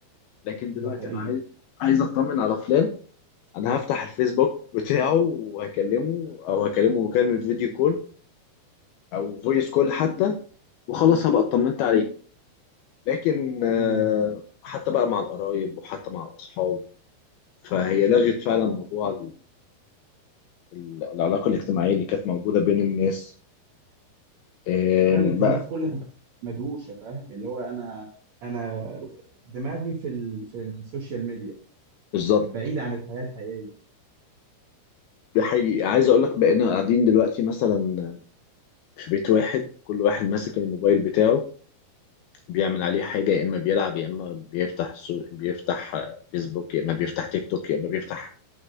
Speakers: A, on the left; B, on the right.
A: لكن
B: ده
A: دلوقتي
B: حقيقي
A: انا عايز عايز اطمن على فلان انا هفتح الفيسبوك بتاعه وهكلمه او هكلمه مكالمه فيديو كول او فويس كول حتى وخلاص هبقى اطمنت عليه لكن آه،
B: امم
A: حتى بقى مع القرايب وحتى مع الاصحاب فهي لغت فعلا موضوع ال- العلاقة الاجتماعية اللي كانت موجودة بين الناس آم،
B: وخلت
A: بقى
B: الناس كلها مدهوشه فاهم اللي هو انا انا دماغي في ال... في السوشيال ميديا
A: بالظبط
B: بعيد عن الحياه الحقيقيه
A: ده حقيقي عايز اقول لك بقينا قاعدين دلوقتي مثلا في بيت واحد كل واحد ماسك الموبايل بتاعه بيعمل عليه حاجة يا اما بيلعب يا اما بيفتح سو... بيفتح آه، فيسبوك يا اما بيفتح تيك توك يا اما بيفتح